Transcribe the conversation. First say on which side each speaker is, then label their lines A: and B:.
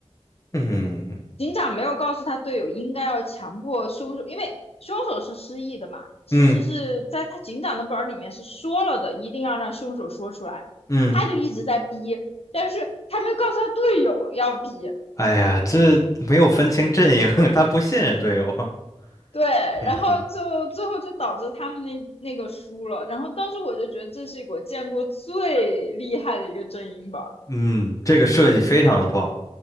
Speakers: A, on the left; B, on the left.
A: 嗯
B: 警长没有告诉他队友应该要强迫凶手，因为凶手是失忆的嘛，其实是在他警长的本儿里面是说了的，
A: 嗯
B: 一定要让凶手说出来，
A: 嗯
B: 他就一直在逼，但是他没有告诉他队友要逼。
A: 哎呀，这没有分清阵营，<laughs> 他不信任队友。<laughs>
B: 对，
A: 嗯哼，
B: 然后就最后就导致他们那那个输了。然后当时我就觉得这是我见过最厉害的一个阵营吧。
A: 嗯，这个设计非常的棒。